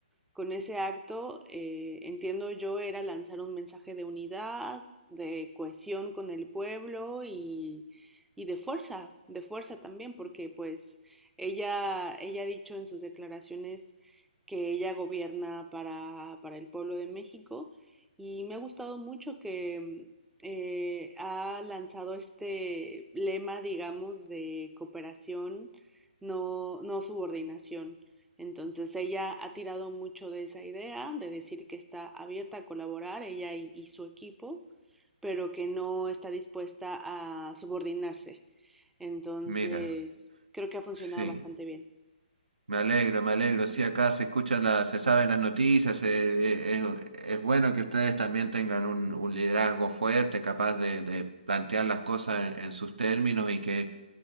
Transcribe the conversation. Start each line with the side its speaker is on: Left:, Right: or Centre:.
Centre: con ese acto, eh, entiendo yo, era lanzar un mensaje de unidad, de cohesión con el pueblo y, y de fuerza, de fuerza también, porque pues ella, ella ha dicho en sus declaraciones que ella gobierna para, para el pueblo de México y me ha gustado mucho que eh, ha lanzado este lema, digamos, de cooperación, no, no subordinación. Entonces ella ha tirado mucho de esa idea, de decir que está abierta a colaborar, ella y, y su equipo, pero que no está dispuesta a subordinarse. Entonces,
Right: Mira,
Centre: creo que ha funcionado
Right: sí.
Centre: bastante bien.
Right: Me alegro, me alegro. Sí, acá se escuchan las, se saben las noticias. eh, eh, es, es bueno que ustedes también tengan un, un liderazgo fuerte, capaz de, de plantear las cosas en, en sus términos y que